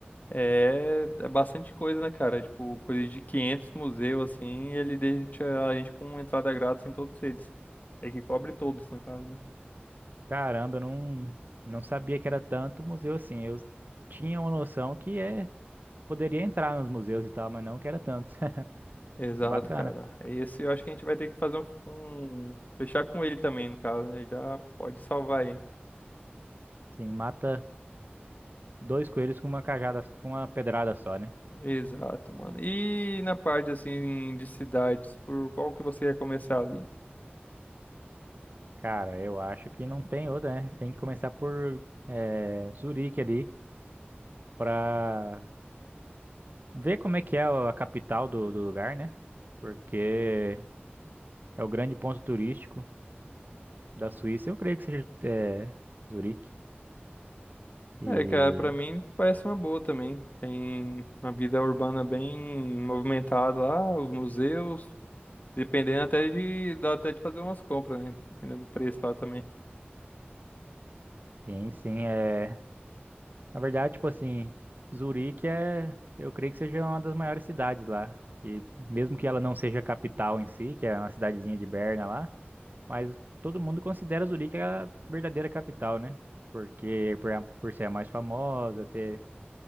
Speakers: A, on the left; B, on the right.
A: é, é bastante coisa, né, cara? Tipo, coisa de 500 museus, assim, ele deixa a gente com entrada grátis em todos eles. É que cobre todos, no caso, né?
B: Caramba, eu não, não sabia que era tanto museu assim. Eu tinha uma noção que é, poderia entrar nos museus e tal, mas não que era tanto. <laughs>
A: Exato,
B: Bacana.
A: cara. Esse eu acho que a gente vai ter que fazer um, um- Fechar com ele também, no caso, né? Já pode salvar aí.
B: Sim, mata dois coelhos com uma cajada, com uma pedrada só, né?
A: Exato, mano. E na parte, assim, de cidades, por qual que você quer começar ali?
B: Cara, eu acho que não tem outra, né? Tem que começar por eh, Zurique ali pra ver como é que é a capital do, do lugar, né? Porque é o grande ponto turístico da Suíça. Eu creio que seja eh, Zurique. E
A: É, cara, pra mim parece uma boa também. Tem uma vida urbana bem movimentada lá, os museus, dependendo até de, dá até de fazer umas compras, né? Dependendo do preço lá também.
B: sim, sim, é. Na verdade, tipo assim, Zurique é. Eu creio que seja uma das maiores cidades lá. E mesmo que ela não seja a capital em si, que é uma cidadezinha de Berna lá. Mas todo mundo considera Zurique a verdadeira capital, né? Porque por, a- por ser a mais famosa, ter,